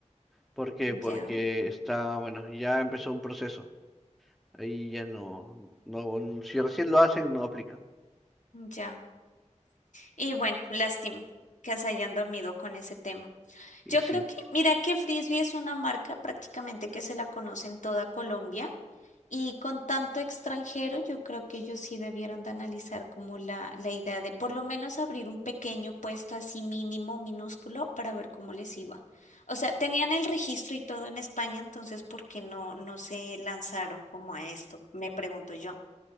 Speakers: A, in the centre; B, on the left.
A: ¿Por qué? Porque
B: Ya,
A: está, bueno, ya empezó un proceso. Ahí ya no, no, n- si recién lo hacen, no aplica.
B: ya. Y bueno, lástima que se hayan dormido con ese tema.
A: Y
B: Yo
A: sí.
B: creo que, mira que Frisbee es una marca prácticamente que se la conoce en toda Colombia y con tanto extranjero yo creo que ellos sí debieron de analizar como la, la idea de por lo menos abrir un pequeño puesto así mínimo, minúsculo, para ver cómo les iba. O sea, tenían el registro y todo en España, entonces ¿por qué no, no se lanzaron como a esto? Me pregunto yo.